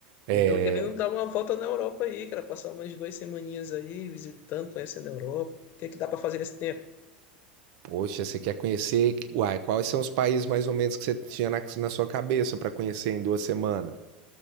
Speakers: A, on the right; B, on the left.
A: é...
B: E tô querendo dar uma volta na Europa aí, cara. Passar umas duas semaninhas aí visitando, conhecendo a Europa. O que é que dá pra fazer nesse tempo?
A: Poxa, você quer conhecer? Uai, quais são os países mais ou menos que você tinha na, na sua cabeça pra conhecer em duas semanas?